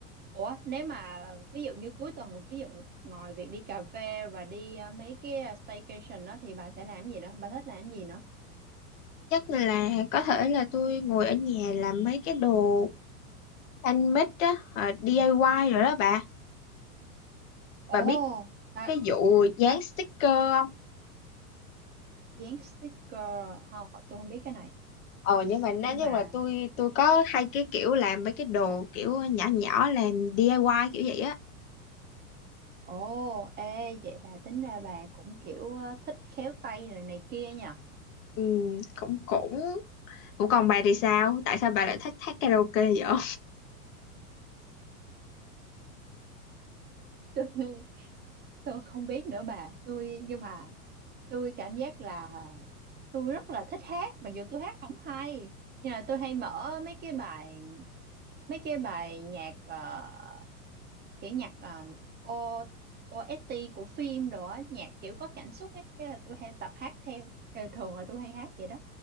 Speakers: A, on the right; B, on the left.
A: ủa nếu mà ví dụ như cuối tuần ví dụ ngồi việc đi cà phê và đi ờ, mấy cái ờ, staycation đó thì bà sẽ làm gì nữa bà thích làm gì nữa
B: chắc là có thể là tôi ngồi ở nhà làm mấy cái đồ Thanh mít á ờ, DIY rồi đó bà
A: ồ
B: bà biết
A: bà
B: cái vụ dán
A: bà
B: sticker không
A: dán sticker không tôi không biết cái này
B: ờ nhưng mà nói
A: nhưng
B: chung
A: mà
B: là tôi tôi có hay cái kiểu làm mấy cái đồ kiểu nhỏ nhỏ làm DIY kiểu vậy á
A: ồ ê vậy là tính ra bà cũng kiểu ờ, thích khéo tay này này kia nhỉ
B: ừ, cũng cũng cũng còn bà thì sao tại sao bà lại thích hát karaoke vậy <laughs>
A: tôi tôi không biết nữa bà tôi nhưng mà tôi cảm giác là tôi rất là thích hát mặc dù tôi hát không hay nhưng là tôi hay mở mấy cái bài mấy cái bài nhạc ờ, kiểu nhạc um, O OST của phim đồ á nhạc kiểu có cảm xúc ấy cái là tôi hay tập hát theo Ờ, thường là tôi hay hát vậy đó